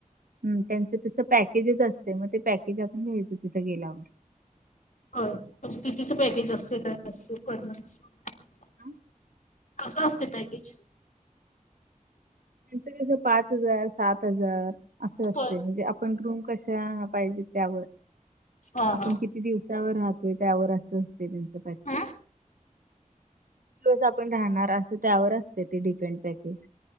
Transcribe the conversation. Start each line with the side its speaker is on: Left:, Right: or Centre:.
Right: हम् त्यांच तसं पॅकेजच असतय मग ते पॅकेज आपण घ्यायचं तिथं गेल्यावर.
Left: होय म्हणजे कितीचं पॅकेज असतंय?
Right: हम्म.
Left: <unintelligible>
Right: <inaudible>
Left: कसं असतय पॅकेज?
Right: त्यांच कस पाच हजार, सात हजार असं असतय
Left: होय
Right: म्हणजे आप पण रूम कश्या पाहिजेत त्यावर,
Left: हा
Right: आपण
Left: हा
Right: कित किती दिवसावर राहतोय त्यावर असं असतय त्यांचं पॅकेज.
Left: हम्म
Right: किती दिवस आपण राहणार असं त्यावर असतय ते डिपेंड पॅकेज.